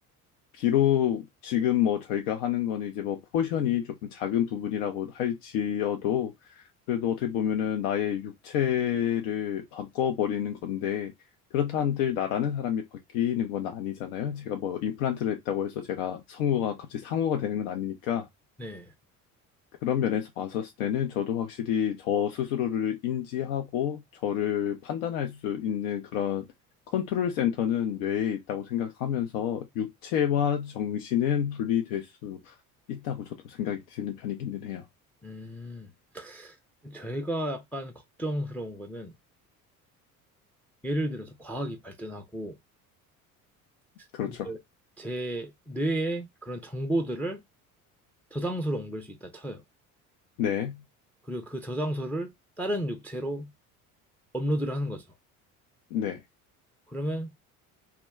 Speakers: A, on the left; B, in the centre.
A: 비록 지금 뭐 저희가 하는 거는 이제 뭐 포션이 조금 작은 부분이라고 할지어도 그래도 어떻게 보면은 나의 육체를 바꿔버리는 건데 그렇다 한들 나라는 사람이 바뀌는 건 아니잖아요. 제가 뭐 임플란트를 했다고 해서 제가 성우가 갑자기 상우가 되는 건 아니니까
B: 네.
A: 그런 면에서 봤었을 때는 저도 확실히 저 스스로를 인지하고 저를 판단할 수 있는 그런 컨트롤 센터는 뇌에 있다고 생각하면서 육체와 정신은 분리될 수 있다고 저도 생각이 드는 편이기는 해요.
B: 음. 제가 약간 걱정스러운 거는 예를 들어서 과학이 발전하고
A: 그렇죠.
B: 그걸 제 뇌에 그런 정보들을 저장소로 옮길 수 있다 쳐요.
A: 네,
B: 그리고 그 저장소를 다른 육체로 업로드를 하는 거죠.
A: 네,
B: 그러면